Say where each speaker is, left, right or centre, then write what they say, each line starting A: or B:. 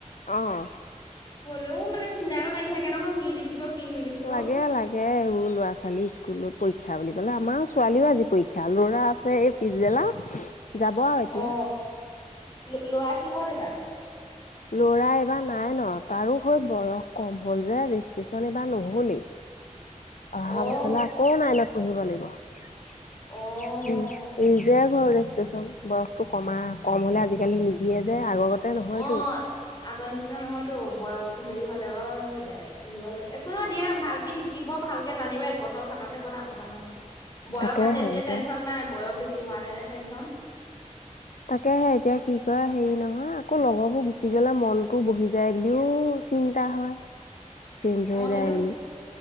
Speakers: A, on the left; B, on the left.
A: অহ।
B: হলেও মানে চিন্তা এটা লাগি থাকে নহয় কি লিখিব- কি নিলিখিব
A: লাগে লাগে এইবোৰ ল'ৰা ছোৱালী স্কুলত পৰীক্ষা- পৰীক্ষা বুলি কলে আমাৰ ছোৱালীও আজি পৰীক্ষা ল'ৰাৰ আছে এই পিছবেলা। যাব আৰু এতিয়া।
B: অ লৰা কিহত এবাৰ?
A: লৰা এবাৰ নাই ন তাৰো হয় বয়স কম হ'ল যে কিছন বা নহ'লেই। অহা
B: অ
A: বছে আকৌ নাইলত পঢ়িব লাগিব। নি
B: অ
A: যে ঘৰত আছে। বয়সটো কমা কম হলে আজিকালি নিদিয়ে। যে আগৰগতে নহয়তো।
B: অ আগৰ নিচিনা নহয়তো বয়স হেৰি হলে বাৰু থাকিব লাগে একো নহ দিয়া ভালকে শিকিব ভালকে জানিব একবছৰ থকাাতো একো দাঙৰ কথা নহয়। বয়স
A: তাকেহে
B: আছে যে
A: এতিয়া
B: টেনশন নাই বয়স বেছি হোৱা তেনে টেনচন।
A: তাকেহে এতিয়া কি কয় হেৰি নহয়, নহ আকৌ লগৰবোৰ গুচি গলে মনটো বহি যায় বুলিও চিন্তা হয়। চেঞ্জ
B: অহ,
A: হৈ
B: সেইটো
A: যায় বুলি।